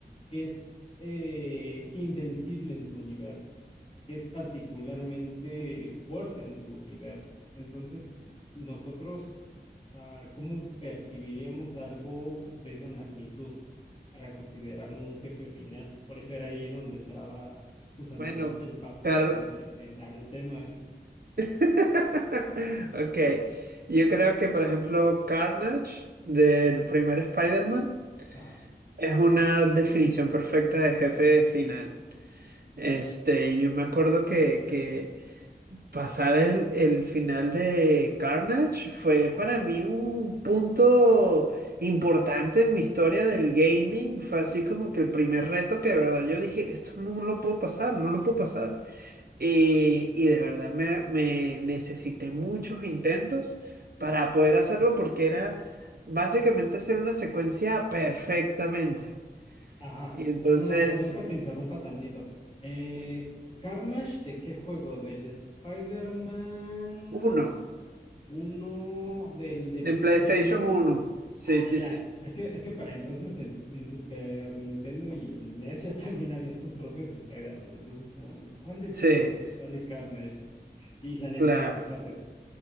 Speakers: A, on the left; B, on the right.
A: que es eh, invencible en su universo, que es particularmente fuerte en su universo. Entonces, nosotros, ah, ¿cómo percibiríamos algo de esa magnitud? para considerarlo un jefe final. Por eso era ahí donde entraba su santidad
B: Bueno,
A: el Papa
B: Car-
A: en, en- en- al tema.
B: <laughs> Ok, yo creo que por ejemplo Carnage del primer Spider-Man
A: Ajá,
B: es una definición perfecta de jefe final. Este, yo me acuerdo que, que pasar el, el final de Carnage fue
A: ajá,
B: para mí un punto importante en mi historia del gaming. Fue así como que el primer reto que de verdad yo dije, esto no lo puedo pasar, no lo puedo pasar. Y, y de verdad me, me necesité muchos intentos para poder hacerlo porque era básicamente hacer una secuencia perfectamente.
A: ajá.
B: Y entonces,
A: Hermano, perdón que te interrumpa tantito. Eh, ¿Carnage de qué juego? ¿Del Spider-Man
B: uno,
A: 1? ¿Del de
B: en
A: PlayStation
B: PlayStation
A: uno.
B: uno Sí,
A: Ah,
B: sí,
A: ya.
B: sí.
A: Es que, es que para entonces en, en Super Nintendo y en NES ya también había sus propios Spider-Man. Entonces, como, ¿en cuál de todos
B: Sí,
A: sale Carnage? Y salen
B: claro.
A: varios aparte.